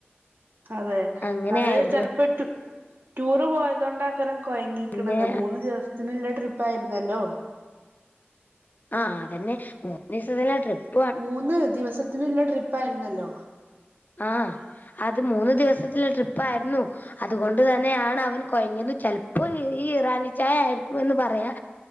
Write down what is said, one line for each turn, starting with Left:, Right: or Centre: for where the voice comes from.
Right: അതെ
Left: അങ്ങനെയായിരുന്നു
Right: അത് ചിലപ്പോട്യൂ ടൂറ് പോയതണ്ട് അക്കറം കൊഴങ്ങിക്കണുന്നത്
Left: പിന്നെ
Right: മൂന്ന് ദിവസത്തിനുള്ള ട്രിപ്പ് ആയിരുന്നല്ലോ
Left: ആഹ് അതന്നെ മൂന്ന് ദിവസത്തില്ലെ ട്രിപ്പ്
Right: മൂന്ന് ദിവസത്തിനുള്ള ട്രിപ്പ ആയിരുന്നല്ലോ
Left: ആഹ് അത് മൂന്ന് ദിവസത്തില ട്രിപ്പ ആയിരുന്നു അതുകൊണ്ട് തന്നെയാണ് അവൻ കൊയഞ്ഞത് ചിലപ്പോ ഈ ഇറാനി ചായ ആായിരിക്കു ന്ന് പറയാ